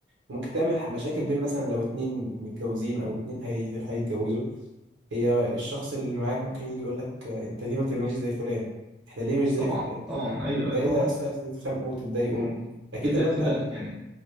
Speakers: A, on the right (about 85°); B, in the centre.
A: وممكن تعمل ح- مشاكل بين مثلا لو اتنين متجوزين او اتنين هي... هيتجوزوا هي الشخص اللي معاك ممكن يجي يقول لك انت ليه ما تعملش زي فلان احنا ليه مش زي
B: طبعا
A: فلان
B: طبعا ايوه
A: ده
B: أيوة،
A: ايه
B: طبعا
A: ده يأثر في تتخانقوا وتتضايقوا
B: مم.
A: اكيد
B: كده
A: ده بيأثر
B: كده
A: عليك
B: يعني